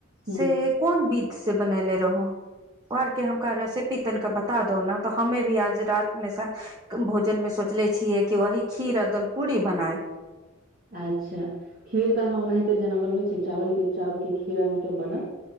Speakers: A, on the right (about 45°); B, on the right (about 20°).
A: हूँ
B: से कोन विध से बनेले रहौ ओ अर केँ हमक रेसिपी तनिका बता दो ने त हमे भी आज रात मे भोजन मे सोचले छियै कि वही खीर आ दल पूड़ी बनाएब
A: अच्छा खीर तऽ अहाँ ओनाहिते जेना बनबैत छिये चावल केँ चाउर केँ खीर अहाँकेँ बनत